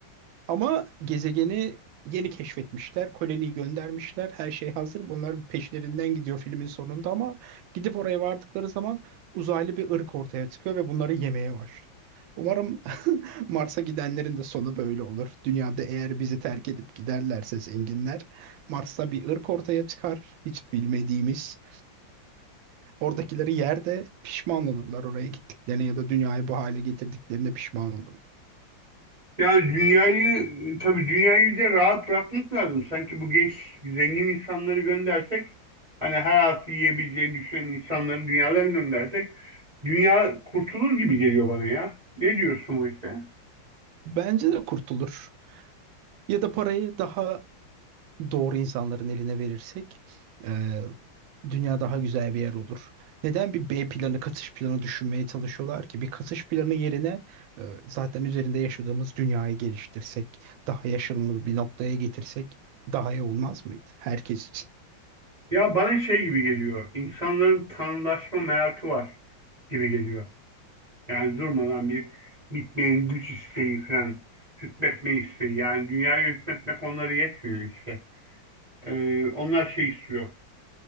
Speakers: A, on the right (about 80°); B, on the right (about 20°).
A: ama gezegeni yeni keşfetmişler. Koloniyi göndermişler. Her şey hazır. Bunlar peşlerinden gidiyor filmin sonunda ama gidip oraya vardıkları zaman uzaylı bir ırk ortaya çıkıyor ve bunları yemeye başlıyor. Umarım <laughs> Mars'a gidenlerin de sonu böyle olur. Dünyada eğer bizi terk edip giderlerse zenginler, Mars'ta bir ırk ortaya çıkar. Hiç bilmediğimiz. Oradakileri yerde pişman olurlar oraya gittiklerine ya da dünyayı bu hale getirdiklerine pişman olurlar.
B: Yani dünyayı, tabii dünyayı bir de rahat bırakmak lazım. Sanki bu genç, zengin insanları göndersek, hani her altı yiyebileceğini düşünen insanları dünyadan göndersek, dünya kurtulur gibi geliyor bana ya. Ne diyorsun bu işe?
A: Bence de kurtulur. Ya da parayı daha doğru insanların eline verirsek e, dünya daha güzel bir yer olur. Neden bir B planı, katış planı düşünmeye çalışıyorlar ki? Bir katış planı yerine e, zaten üzerinde yaşadığımız dünyayı geliştirsek, daha yaşanılır bir noktaya getirsek daha iyi olmaz mıydı herkes için?
B: Ya bana şey gibi geliyor, İnsanların tanrılaşma merakı var gibi geliyor. Yani durmadan bir bitmeyen güç isteği falan, hükmetme isteği. Yani dünyaya hükmetmek onlara yetmiyor işte. Ee, onlar şey istiyor.